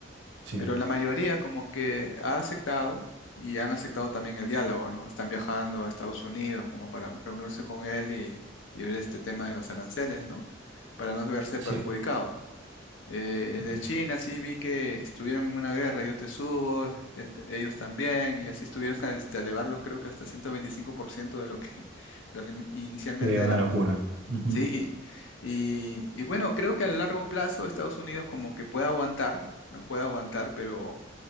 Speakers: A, on the right (about 85°); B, on the left (about 80°).
A: Sí,
B: Pero la mayoría como que ha aceptado y han aceptado también el diálogo, ¿no? Están viajando a Estados Unidos como para reunirse con él y, y ver este tema de los aranceles, ¿no? Para no verse
A: sí,
B: perjudicados. Eh, de
A: Ujú.
B: China sí vi que estuvieron en una guerra, yo te subo, el- ellos también, y así estuvieron a, este, a elevarlos creo que hasta 125% de lo que <laughs> lo que inicialmente
A: sí, una
B: era.
A: locura. Ujú,
B: Sí, y, y bueno, creo que a largo plazo Estados Unidos como que puede aguantar, ¿no? Puede aguantar, pero